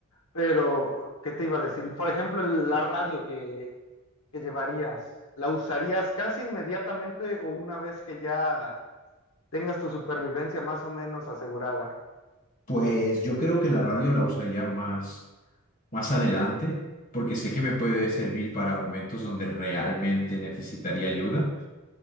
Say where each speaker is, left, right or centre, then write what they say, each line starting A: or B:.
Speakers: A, on the left; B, on the left.
A: Pero, ¿qué te iba a decir? Por ejemplo, la radio que, que llevarías, ¿la usarías casi inmediatamente o una vez que ya tengas tu supervivencia más o menos asegurada?
B: Pues yo creo que la radio la usaría más, más adelante, porque sé que me puede servir para momentos donde realmente necesitaría ayuda.